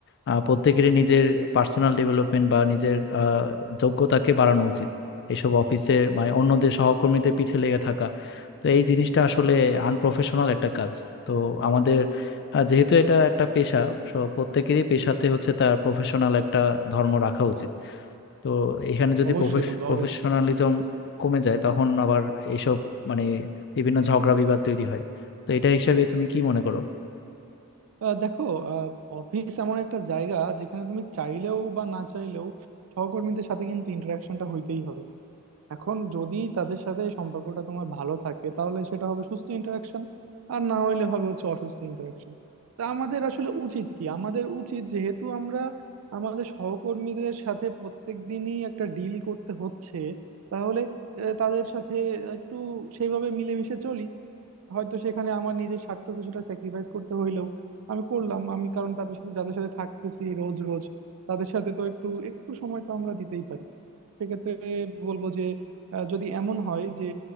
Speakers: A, on the left; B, on the right.
A: আহ, প্রত্যেকেরই নিজের পার্সোনাল ডেভেলপমেন্ট বা নিজের আহ, যোগ্যতাকে বাড়ানো উচিত এইসব অফিসের মানে অন্যদের সহকর্মীদের পিছে লেগে থাকা তো এই জিনিসটা আসলে আনপ্রফেশনাল একটা কাজ তো আমাদের আহ, যেহেতু এটা একটা পেশা সব প্রত্যেকেরই পেশাতে হচ্ছে তার প্রফেশনাল একটা ধর্ম রাখা উচিত তো এখানে যদি
B: অবশ্যই বন্ধু
A: প্রফেশনালিজম
B: অবশ্যই
A: কমে যায় তখন আবার এইসব মানে বিভিন্ন ঝগড়া বিবাদ তৈরি হয় তো এটা হিসাবে তুমি কি মনে করো
B: আহ, দেখো আহ, অফিস এমন একটা জায়গা যেখানে তুমি চাইলেও বা না চাইলেও সহকর্মীদের সাথে কিন্তু ইন্টারাকশনটা হইতেই হবে এখন যদি তাদের সাথে সম্পর্কটা তোমার ভালো থাকে তাহলে সেটা হবে সুস্থ ইন্টারাকশন আর না হইলে হবে হচ্ছে অসুস্থ ইন্টারাকশন তা আমাদের আসলে উচিত কি আমাদের উচিত যেহেতু আমরা আমাদের সহকর্মীদের সাথে প্রত্যেক দিনই একটা ডিল করতে হচ্ছে তাহলে আহ, তাদের সাথে একটু সেইভাবে মিলেমিশে চলি হয়তো সেখানে আমার নিজের স্বার্থ কিছুটা স্যাক্রিফাইস করতে হইলেও আমি করলাম আমি কারণ তাদের সাথে যাদের সাথে থাকতেছি রোজ রোজ তাদের সাথে তো একটু একটু সময় তো আমরা দিতেই পারি সেক্ষেত্রে বলবো যে আহ, যদি এমন হয় যে